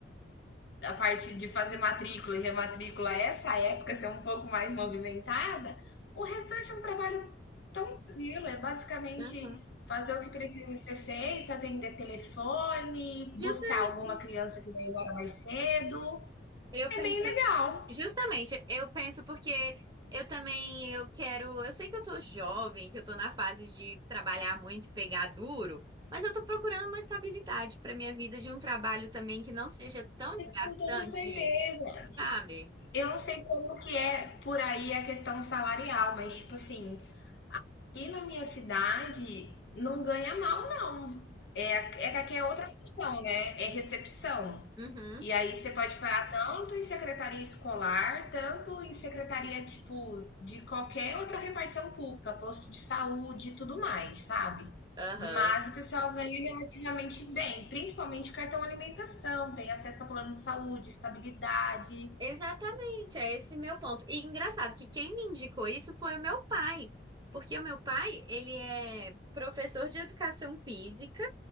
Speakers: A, on the left; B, on the right.
A: a parte de fazer matrícula e rematrícula, essa época ser um pouco mais movimentada, o restante é um trabalho tão tranquilo, é basicamente
B: Aham.
A: fazer o que precisa ser feito, atender telefone,
B: Justamente.
A: buscar alguma criança que vai embora mais cedo.
B: Eu
A: É
B: penso,
A: bem legal.
B: justamente, eu penso porque eu também eu quero, eu sei que eu tô jovem, que eu tô na fase de trabalhar muito e pegar duro, mas eu tô procurando uma estabilidade pra minha vida de um trabalho também que não seja tão desgastante,
A: Com toda certeza.
B: sabe?
A: Eu não sei como que é por aí a questão salarial, mas tipo assim, Aqui na minha cidade não ganha mal não. É, é que aqui é outra função, né, é recepção.
B: Uhum.
A: E aí você pode parar tanto em secretaria escolar, tanto em secretaria, tipo, de qualquer outra repartição pública, posto de saúde e tudo mais, sabe.
B: Aham.
A: Mas o pessoal ganha relativamente bem, principalmente cartão alimentação, tem acesso a plano de saúde, estabilidade.
B: Exatamente, é esse meu ponto. E engraçado que quem me indicou isso foi o meu pai, porque o meu pai, ele é professor de educação física